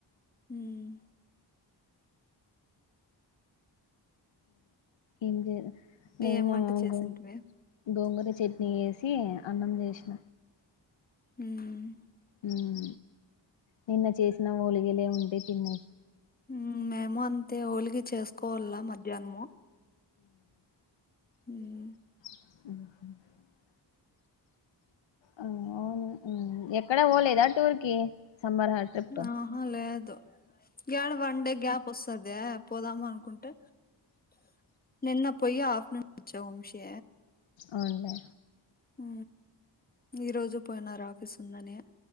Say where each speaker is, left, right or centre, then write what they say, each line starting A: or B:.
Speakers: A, on the left (about 20°); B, on the left (about 80°).
A: ఉమ్
B: ఏం నేను
A: ఏం వంట చేసింటివి
B: గో గోంగూర ఇ చట్నీ చేసి అన్నం చేసిన
A: ఉమ్
B: ఉమ్ నిన్న చేసిన ఓలిగలే ఉంటే తినం
A: ఉమ్ మేము అంతే ఒలిగాలు చేసుకోవాల మధ్యాహ్నము ఉమ్
B: ఆహ ఆ అవును ఎక్కడ పోలేదా టూర్ కి సమ్మర్ ట్రిప్
A: ఆ అ లేదు ఏడ వన్ డే గ్యాప్ వస్తాదా పోదాము అనుకుంటే నిన్న పోయి ఆఫటర్నూన్ వచ్చ వంశీ
B: అవున్లే
A: ఉ ఈ రోజు పోయినారు ఆఫీస్ ఉందని